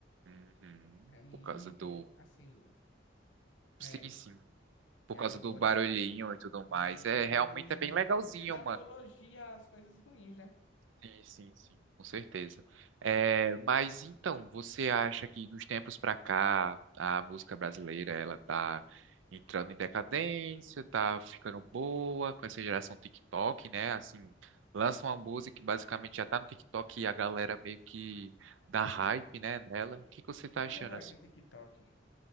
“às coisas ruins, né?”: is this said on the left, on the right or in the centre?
Left